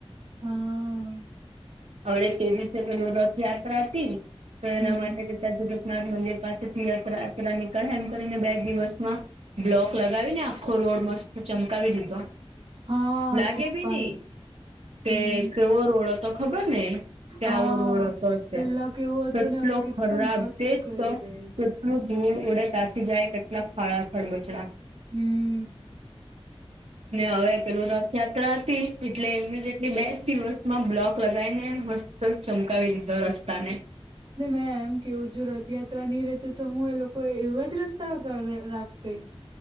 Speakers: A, on the right (about 50°); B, on the right (about 80°).
A: હા
B: હડ તે દિવસે પેલું રથયાત્રા હતીને તો એના
A: હમ
B: માટે જગપનાથ મંદિર પાસેથી યાત્રાયાત્રા નીકળે એમ કરીને બે દિવસ માં બ્લોક લગાવીને આખો રોડ મસ્ત ચમકાવી દીધો
A: હા
B: લાગે
A: છીપ્પા
B: ભી નઈ કે
A: હમ
B: કેવો રોડો તો ખબર ને કે
A: હા
B: આવો રોડ હતો છે
A: પેલા કેવો હતો
B: કેટલો
A: ને હવે કેટલું
B: ખરાબ
A: મસ્ત
B: છેજ
A: કરી
B: તો
A: દે
B: કેટલું ધૂળ ઉડે ત્યાંથી જાય કેટલા ખાળા ખરબચડા
A: હમ
B: ને આવે પેલું રાત યાત્રા હતી એટલે ઇમિજિયટલી બે જ દિવસમાં બ્લોક લગાવી ને મસ્ત ચમકાવી તોર રસ્તાને
A: ને મેં એમ કેવું જો રથયાત્રા નહી રહેતી તો હું એ લોકો કોઈ એવો જ રસ્તા <unintelligible> રાખતે